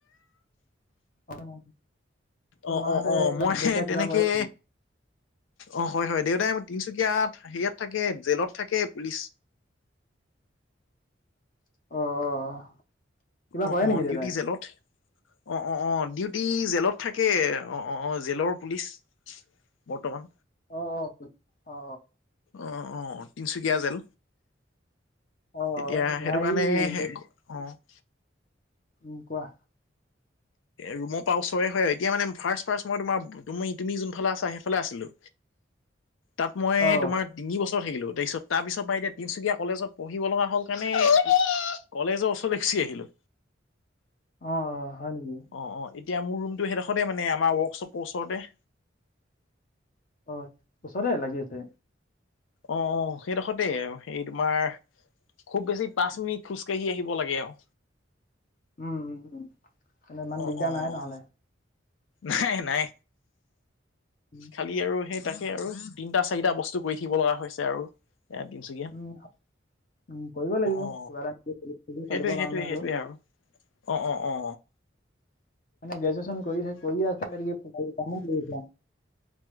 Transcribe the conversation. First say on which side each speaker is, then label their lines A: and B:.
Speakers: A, on the left; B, on the left.
A: <unintelligible> ত
B: অ',
A: মাহঁতে
B: অ', অ, ' মই
A: দেউতাই
B: সেই তেনেকে
A: কিবা কৰে নেকি
B: অ' হয় হয় দেউতাই তিনচুকীয়া হেৰিয়াত থাকে জেলত থাকে পুলিচ
A: অ', অ' কিবা
B: অ',
A: কৰে
B: অ',
A: নেকি
B: ডিউটি
A: দেউতাই
B: জেলত অ', অ', অ', ডিউটি জেলত থাকে অ', অ', অ', জেলৰ পুলিচ বৰ্তমান।
A: অ', অ', অ অ অ
B: অ', অ', তিনিচুকীয়া জেল
A: অ অ অ,
B: তেতিয়া সেইটো
A: হেৰি
B: কাৰণে
A: দে-
B: অ'
A: উম, কোৱা
B: ৰুমৰ পৰা ওচৰে হয় আৰু এতিয়া মানে ফাৰ্ষ্ট ফাৰ্ষ্ট মই তোমাৰ তুমি তুমি যোনফালে আছা সেইফালে আছিলো তাত মই
A: অ
B: তোমাৰ তিনি বছৰ থাকিলো তাৰপিছত তাৰপিছৰ পৰা এতিয়া তিনচুকীয়া কলেজত পঢ়িব লগা হ'ল কাৰণে কলেজৰ ওচৰলৈ গুচি আহিলো।
A: অ', অ', হয় নিকি?
B: অ', অ', এতিয়া মোৰ ৰুমটো সেইডখৰতে মানে আমাৰ ৱৰ্কশ্বপৰ ওচৰতে।
A: অ', ওচৰতে লাগি আছে।
B: অ', অ', সেইডখৰতেই এই তোমাৰ খুব বেছি পাঁচ মিনিট খোজকাঢ়ি আহিব লাগে আৰু
A: উম', উম, উম, তেনে ইমান
B: অ',
A: দিগদাৰ
B: অ',
A: নাই
B: অ
A: নহ'লে।
B: নাই নাই
A: উম
B: খালি আৰু সেই তাকে আৰু তিনটা চাৰিটা বস্তু কৰি থাকিব লগা হৈছে আৰু এয়া তিনচুকীয়া
A: উম, উম, কৰিব লাগিব কিবা
B: অ
A: এটা সোৰ
B: সেইটোৱে
A: চলিবৰ
B: সেইটোৱে
A: কাৰণে
B: সেইটোৱে
A: হ'লও
B: আৰু অ অ অ
A: মানে গ্ৰেজুৱেচন কৰি থ কৰি আছে কাম কৰি